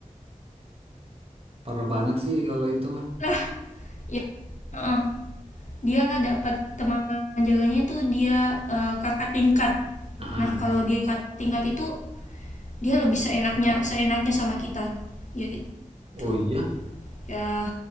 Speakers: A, on the right (about 45°); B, on the left (about 60°).
A: parah banget sih kalau itu mah.
B: Lah ya Heeh. dia dapat teman jaganya itu dia eh, kakak tingkat
A: Nah,
B: nah kalau dia kakak tingkat itu dia lebih seenaknya seenaknya sama kita ya gitu
A: oh iya,
B: ya